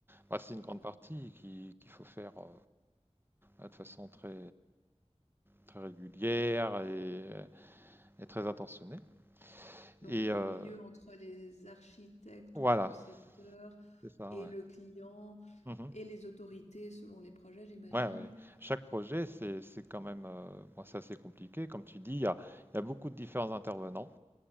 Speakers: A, on the right (about 20°); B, on the left (about 80°).
A: Bah, c'est une grande
B: Donc,
A: partie qui- qu'il faut faire euh, de façon très, très régulière et, et très attentionnée.
B: donc
A: Et
B: tu es
A: euh,
B: au milieu entre les architectes
A: voilà,
B: ou concepteurs
A: c'est ça,
B: et
A: ouais.
B: le client
A: Mhm.
B: et les autorités selon les projets, j'imagine.
A: Ouais, ouais. Chaque projet,
B: Donc,
A: c'est, c'est quand même euh, bon, c'est assez compliqué. Comme tu dis, il y a, il y a beaucoup de différents intervenants.